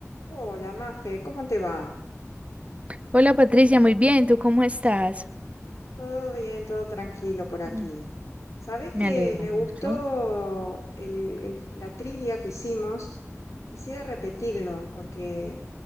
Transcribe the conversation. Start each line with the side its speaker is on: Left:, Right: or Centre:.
Left: Hola, Mafe, ¿cómo te va?
Right: Hola Patricia, muy bien, ¿tú cómo estás?
Left: Todo bien, todo tranquilo por aquí.
Right: Mm.
Left: Sabes
Right: Me
Left: que
Right: alegra
Left: me
Right: mucho.
Left: gustó el- el- la trivia que hicimos? Quisiera repetirlo porque